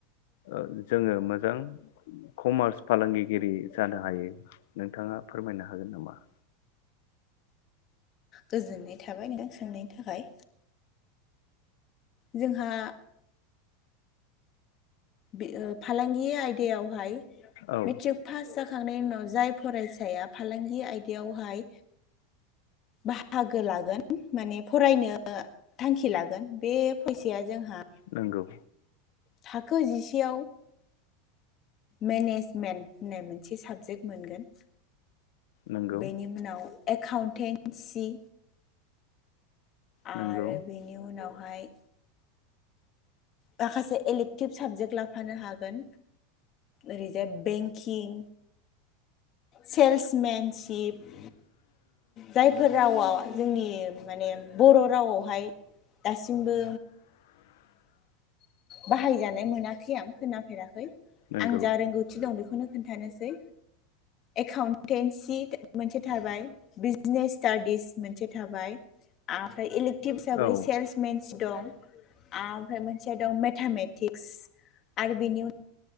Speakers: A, on the left (about 70°); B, on the left (about 40°).
A: ओ जोङो मोजां कमार्स फालांगिगिरि जानो हायो नोंथाङा फोरमायनो हागोन नामा?
B: गोजोननाय थाबाय नोंथां सोंनायनि थाखाय। जोंहा बे फालांगि आयदायावहाय
A: औ
B: मेट्रिक पास जाख खांनायनि उनाव जाय फरायसाया फालांगि आयदायावहाय बाहागो लागोन माने फरायनो थांखि लागोन बे फैसाया जोंहा
A: नंगौ
B: थाखो जिसेयाव मेनेजमेन्ट होननाय मोनसे साबजेक्ट मोनगोन।
A: नंगौ
B: बेनि उनाव एकाउन्टेन्सि आरो
A: नंगौ
B: बेनि उनाव बेहाय माखासे एलेक्टिभ साबजेक्ट लाफानो हागोन ओरैजाय बेंकिं सेल्समेनसिप जायफोर रावा जोंनि माने बर रावआवहाय दासिमबो बाहायजानाय मोनाखै खै आं खोनाफेराखै
A: नंगौ
B: आं जा रोंगौथि दं बेखौनो खोन्थानोसै। एकाउन्टेन्सि मोनसे थाबाय बिजनेस स्टाडिस मोनसे थाबाय आफाय इलेटिभ हिसाबै
A: औ
B: सेल्समेन दं आफाय मोनसे दं मेथामेटिक्स आरो बेनि उन